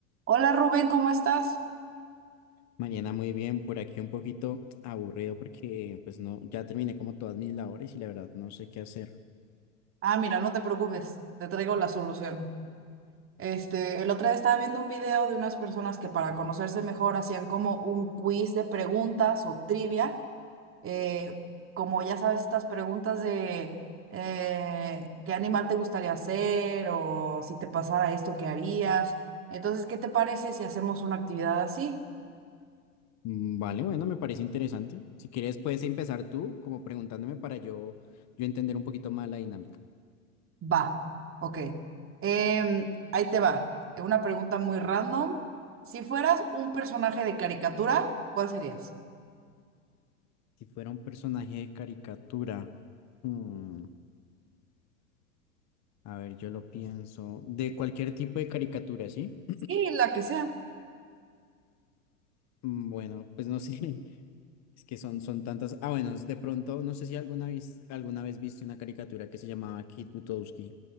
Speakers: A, on the right; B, on the left.
A: Hola Rubén, ¿cómo estás?
B: Mariana, muy bien, por aquí un poquito aburrido porque pues no, ya terminé como todas mis labores y la verdad no sé qué hacer.
A: Ah, mira, no te preocupes, te traigo la solución. Este, el otro día estaba viendo un video de unas personas que para conocerse mejor hacían como un quiz de preguntas o trivia, eh, como ya sabes, estas preguntas de eh, qué animal te gustaría ser o si te pasara esto, ¿qué harías? Entonces, ¿qué te parece si hacemos una actividad así?
B: Mm, Vale, bueno, me parece interesante. Si quieres puedes empezar tú como preguntándome para yo, yo entender un poquito más la dinámica.
A: Va, ok. Em, ahí te va. Una pregunta muy random. Si fueras un personaje de caricatura, ¿cuál serías?
B: Si fuera un personaje de caricatura, mm, a ver, yo lo pienso, de cualquier tipo de caricatura, ¿sí? <clears throat>
A: Sí, la que sea.
B: Mm, Bueno, pues no sé, <laughs> es que son, son tantas. Ah, bueno, de pronto, no sé si alguna vez, alguna vez viste una caricatura que se llamaba Kid Butowski.